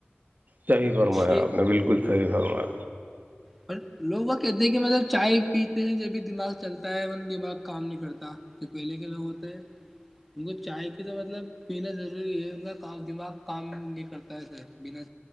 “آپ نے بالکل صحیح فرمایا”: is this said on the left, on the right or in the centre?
Right